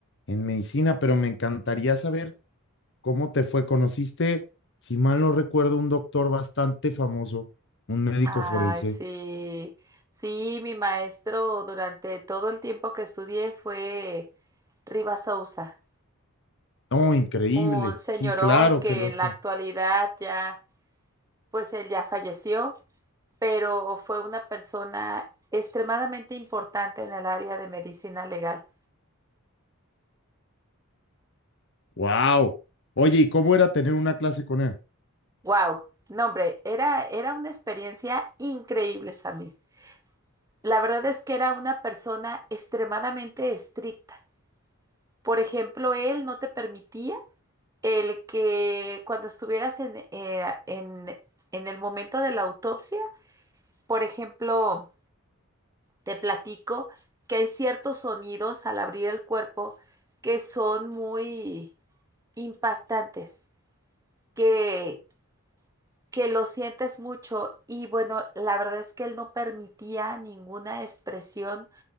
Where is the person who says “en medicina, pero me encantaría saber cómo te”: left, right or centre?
Left